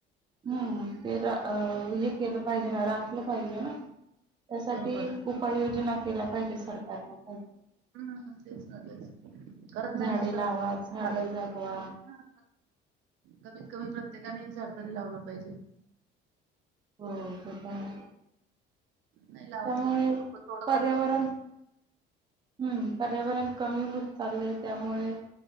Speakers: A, on the right; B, on the right.
A: हम्म ते तर अह हे केलं पाहिजे ना राखलं पाहिजे ना त्यासाठी
B: बरोबर
A: उपाययोजना केल्या पाहिजे सरकारनं काही
B: हम्म तेच ना तेच करत
A: झाडे
B: नाही तस झाड,
A: लावा झाडे जगवा
B: हा कमीत कमी प्रत्येकाने एक झाड तरी लावलं पाहिजे.
A: हो ते तर आहे,
B: नाही लावत
A: त्यामुळे
B: लोक लोक तोडतात
A: पर्यावरण
B: फक्त.
A: हम्म पर्यावरण कमी होत चाललंय त्यामुळे